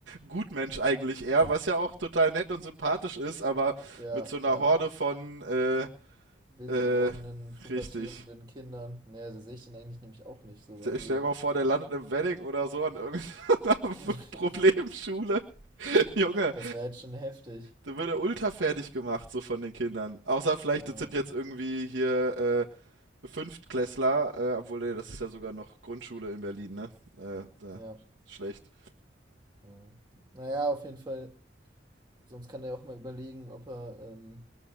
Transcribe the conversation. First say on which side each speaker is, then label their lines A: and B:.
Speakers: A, on the right; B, on the right.
A: Gutmensch eigentlich eher, was ja auch total nett und sympathisch ist, aber
B: Ja,
A: mit so einer
B: ja.
A: Horde von, äh,
B: wild
A: äh,
B: gewordenen, pubertierenden
A: richtig.
B: Kindern. Naja, da sehe ich den eigentlich nämlich auch nicht so.
A: Stell
B: Also,
A: stell dir mal vor, der landet im Wedding oder so an irgendeiner <laughs>
B: <laughs>
A: Problemschule. <laughs> Junge,
B: das wäre jetzt schon heftig.
A: Da wird er ultra fertig gemacht, so von den Kindern. Außer vielleicht,
B: Äh,
A: das sind jetzt irgendwie hier äh, Fünftklässler, äh, obwohl, nee, das ist ja sogar noch Grundschule in Berlin, ne? Äh, da,
B: ja,
A: schlecht.
B: ja. Naja, auf jeden Fall. Sonst kann er auch mal überlegen, ob er ähm,